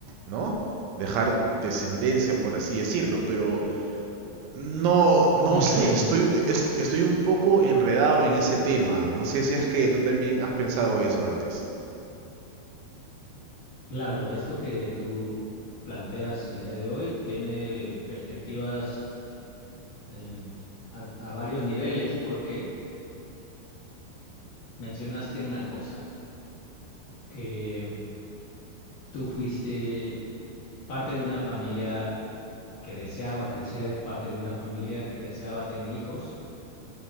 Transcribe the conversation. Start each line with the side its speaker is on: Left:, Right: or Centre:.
Right: ¿no? Dejar descendencia, por así decirlo, pero no, no
Left: ujú.
Right: sé, estoy, es- estoy un poco enredado en ese tema. No sé si es que tú también has pensado eso antes.
Left: Claro, esto que tú planteas el día de hoy tiene perspectivas em, a, a varios niveles porque mencionaste una cosa, que em, tú fuiste parte de una familia que deseaba crecer, parte de una familia que deseaba tener hijos